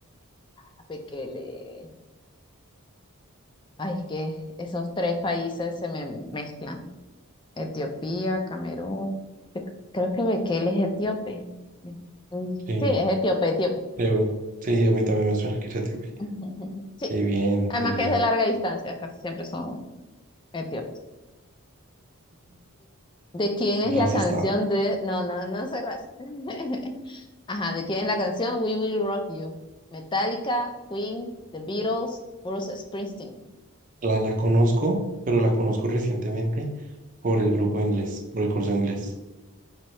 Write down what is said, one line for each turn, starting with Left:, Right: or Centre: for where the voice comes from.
Left: Fíjate que le... Ay, es que esos tres países se me mezclan. Etiopía, Camerún. Cre- Creo que Bekele es etíope. Mm,
Right: Sí,
Left: Sí, es etíope, etíope.
Right: creo. Sí, a mí también me suena que era Etíope.
Left: <laughs> Sí,
Right: Sí, bien,
Left: además
Right: bien, bien.
Left: que es de larga distancia, casi siempre son etíopes. ¿De quién es la
Right: Racista.
Left: canción de... No, no, no soy racista. <laughs> Ajá, ¿de quién es la canción We Will Rock You? Metallica, Queen, The Beatles, Bruce Springsteen.
Right: La, la conozco, pero la conozco recientemente por el grupo de inglés, por el curso de inglés.